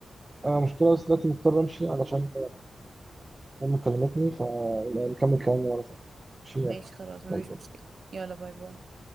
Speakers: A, on the right (about 25°); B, on the right (about 60°).
A: انا مشكلة بس دلوقتي مضطر امشي علشان امي كلمتني فنكمل كلامنا مرة تانية ماشي يلا.
B: ماشي خلاص مفيش
A: باي باي.
B: مشكلة يلا باي باي